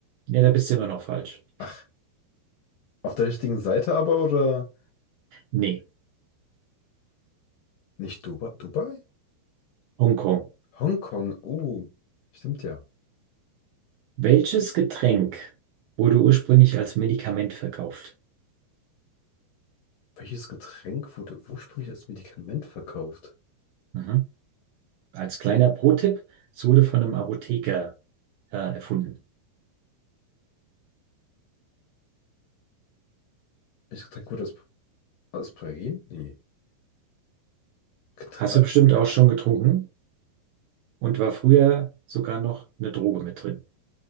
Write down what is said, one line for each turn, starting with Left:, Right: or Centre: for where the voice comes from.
Right: Nee, da bist du immer noch falsch.
Left: Ach, auf der richtigen Seite aber oder
Right: Nee,
Left: nicht Dubai? Dubai?
Right: Hongkong.
Left: Hongkong? Oh, stimmt ja.
Right: Welches Getränk wurde ursprünglich als Medikament verkauft?
Left: Welches Getränk wurde ursprünglich als Medikament verkauft?
Right: Mhm. Als kleiner Pro-Tipp, es wurde von einem Apotheker äh, erfunden.
Left: Welches Getränk wurde als als Aspirin? Nee. Getr
Right: Hast
Left: äh,
Right: du bestimmt auch schon getrunken und war früher sogar noch eine Droge mit drin.